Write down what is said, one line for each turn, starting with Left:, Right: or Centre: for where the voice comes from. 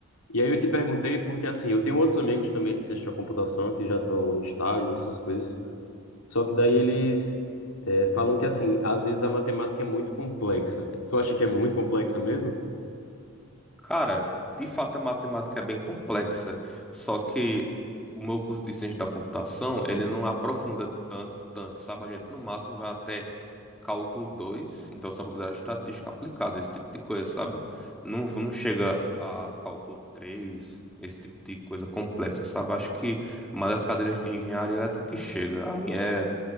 Left: E aí eu te perguntei porque, assim, eu tenho outros amigos também de ciência da computação que já estão em estágios, essas coisas. Só que daí eles é, falam que, assim, às vezes a matemática é muito complexa. Tu acha que é muito complexa mesmo?
Centre: Cara, de fato a matemática é bem complexa, só que o meu curso de ciência da computação, ele não aprofunda tanto, tanto, sabe? A gente no máximo vai até cálculo 2. então só probabilidade estatística aplicada, esse tipo de coisa, sabe? Não, não chega a cálculo três esse tipo de coisa complexa, sabe? Acho que mais as cadeiras de engenharia elétrica que chega. A minha, é-